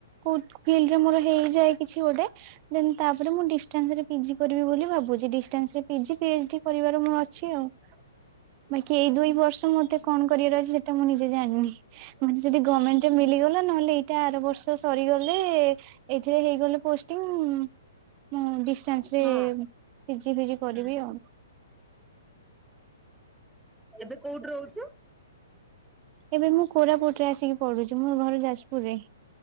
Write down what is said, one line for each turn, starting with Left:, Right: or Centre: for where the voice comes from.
Right: କୋଉ ଫିଲଡରେ ମୋର ହେଇଯାଏ କିଛି ଗୋଟେ। ଦେନ୍ ତାପରେ ମୁଁ ଡିଷ୍ଟାନସରେ ପିଜି କରିବି ବୋଲି ଭାବୁଚି ଡିଷ୍ଟାନସରେ ପିଜି ପି ଏଚ୍ ଡି କରିବାର ମୁଁ ଅଛି ଆଉ। ବାକି ଏଇ ଦୁଇ ବର୍ଷ ମତେ କଣ କରିବାର ଅଛି ସେଟା ମୁଁ ନିଜେ ଜାଣିନି ମତେ ଯଦି ଗମେଣ୍ଟ ଏ ମିଳିଗଲା ନହେଲେ ଏଇଟା ଆର ବର୍ଷ ସରିଗଲେ ଏଇଥିରେ ହେଇଗଲେ ପୋଷ୍ଟିଙ୍ଗ୍ ମୁଁ ଡିଷ୍ଟାନ୍ସରେ
Centre: ହଁ
Right: ପି ଜି ଫି ଜି କରିବି
Centre: ହୁଁ
Right: ଆଉ
Centre: ଏବେ କୋଉଠି ରହୁଚୁ?
Right: ଏବେ ମୁଁ କୋରାପୁଟରେ ଆସିକି ପଢୁଚି ମୋ ଘର ଯାଜପୁରରେ।